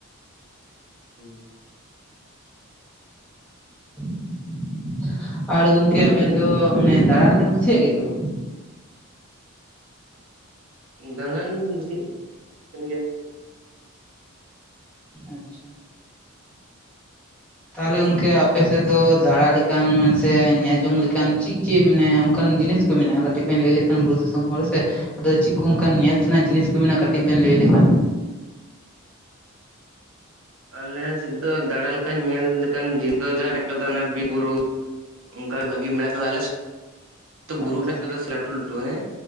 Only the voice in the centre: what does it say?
<inaudible> ᱟᱨ ᱜᱚᱝᱠᱮ, ᱟᱵᱮᱱ ᱫᱚ, ᱢᱟᱱᱮ ᱫᱟᱬᱟᱱ ᱵᱮᱱ, ᱠᱩᱥᱤᱭᱟᱜ ᱜᱮᱭᱟ ᱥᱮ, ᱵᱟᱝ?
ᱟᱪᱪᱷᱟ, ᱛᱟᱦᱞᱮ ᱜᱚᱝᱠᱮ, ᱟᱯᱮ ᱥᱮᱫ ᱫᱚ, ᱫᱟᱲᱟ ᱞᱮᱠᱟ ᱞᱮᱠᱟᱱ, ᱥᱮ ᱧᱮᱞ ᱡᱚᱝ ᱞᱮᱠᱟᱱ ᱪᱤᱜ ᱪᱤᱜ, ᱢᱟᱱᱮ ᱚᱱᱠᱟᱱ ᱡᱤᱱᱤᱥ ᱠᱩ, ᱢᱮᱱᱟᱜᱼᱟ, ᱠᱟᱹᱴᱤᱡ ᱵᱮᱱ, ᱞᱟᱹᱭ ᱞᱮᱠᱷᱟᱱ, ᱵᱩᱨᱩ ᱫᱤᱥᱚᱢ ᱦᱚᱲ ᱥᱮ, ᱟᱫᱚ ᱪᱤᱫ ᱠᱩ, ᱚᱱᱠᱟᱱ ᱧᱮᱞ ᱛᱮᱱᱟᱜ ᱡᱤᱱᱤᱥ ᱠᱚ, ᱢᱮᱱᱟᱜ-ᱟ ᱾ ᱠᱟᱹᱴᱤᱡ ᱵᱮᱱ, ᱞᱟᱹᱭ ᱞᱮᱠᱷᱟᱱ
ᱟᱪᱪᱷᱟ